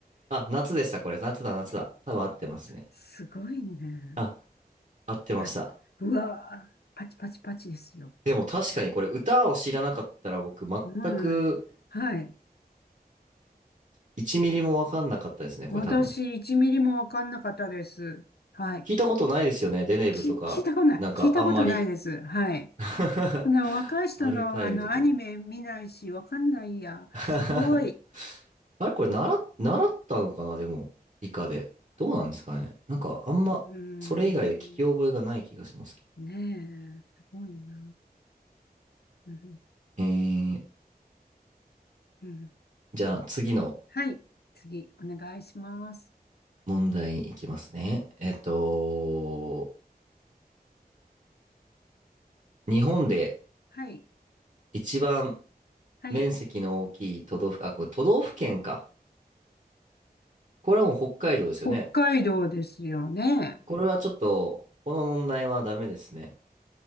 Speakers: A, on the right; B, on the left.
A: あ、夏でした、これ。夏だ、夏だ。多分合ってますね。
B: すごいね。
A: あ、合ってました。
B: あうわー、パチパチパチですよ。
A: でも確かにこれ、歌を知らなかったら僕、全く
B: うん。はい。
A: 1ミリもわかんなかったですね、これ多分。
B: 私、1ミリもわかんなかったです。はい。
A: 聞いたことないですよね、デネブとか。
B: き、聞いたことない。
A: なんか、
B: 聞いたことないです。
A: あんまり。
B: はい。
A: <laughs>
B: あの、若い人の、
A: アルタイルとか。
B: あの、アニメ見ないし、わかんないや。
A: <laughs>
B: すごい。
A: あれこれ習っ、習ったのかなでも、理科で。どうなんですかねなんかあんま、
B: うーん。
A: それ以外で聞き覚えがない気がしますけど。
B: ねえ、すごいな。うん、
A: えー、
B: うん。
A: じゃあ次の
B: はい。次、お願いします。
A: 問題に行きますね。えっと、日本で
B: はい。
A: 一番
B: はい。
A: 面積の大きい都道府、あ、これ都道府県か。これはもう北海道ですよね。
B: お北海道ですよね。
A: これはちょっと、この問題はダメですね。